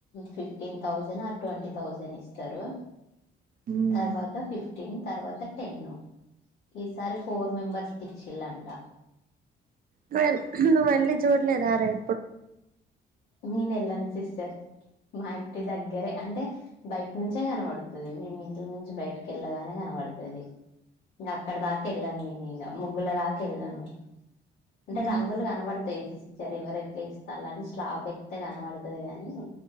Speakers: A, on the left; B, on the right.
A: ఫిఫ్టీన్ థౌజండ్ ఆ ట్వంటీ థౌజండ్ ఇస్తారు
B: ఉమ్
A: తర్వాత ఫిఫ్టీన్ తర్వాత టెన్ను ఈసారి ఫోర్ మెంబర్స్ కిచ్చిల్లంట
B: నువెల్ నువ్వు వెళ్ళి చూడలేదర ఎప్పుడు
A: నేను వెళ్ళను సిస్టర్ మా ఇంటి దగ్గరే అంటే బయట నుంచే కనపడుతుంది మేమి ఇంటి నుంచి బయటికి వెళ్ళగానే కనపడుతుది ఇంక అక్కడ దాకా వెళ్ళను నీను ఇంగా ముగ్గుల రాతిరిలోనే అంటే
B: మ్మ్
A: రంగులు కనబడితయి సిస్ చెర విరక్తి ఎట్లా ఇస్తారుని స్లాబ్ ఎక్తే కనపడుతది గాని